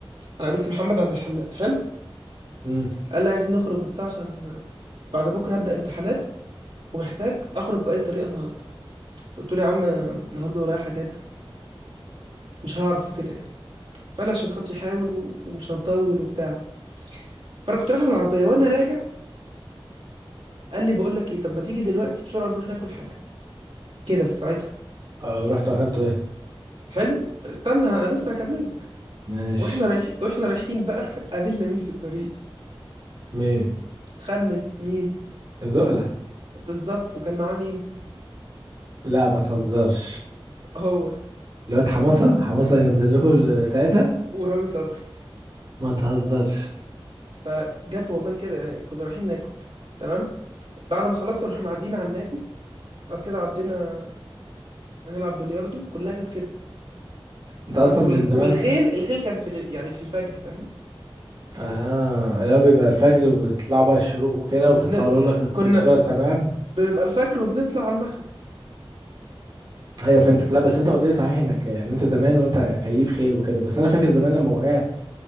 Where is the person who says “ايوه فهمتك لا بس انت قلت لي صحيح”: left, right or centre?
Right